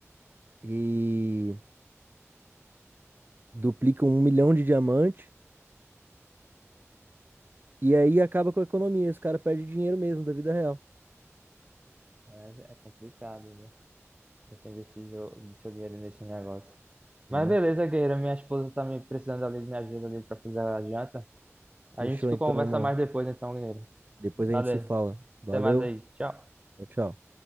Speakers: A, on the right (about 40°); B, on the right (about 25°).
A: e duplicam um milhão de diamante. E aí acaba com a economia. Os caras perdem dinheiro mesmo da vida real,
B: É, é complicado, né? Você investir jo- do seu dinheiro nesse negócio. Mas
A: né?
B: beleza, guerreiro. Minha esposa tá me precisando ali de minha ajuda ali pra fazer a janta.
A: Fechou
B: A gente
A: então,
B: conversa
A: irmão.
B: mais depois, então, guerreiro.
A: Depois
B: Valeu.
A: a gente se fala. Valeu.
B: Até mais aí. Tchau.
A: Tchau, tchau.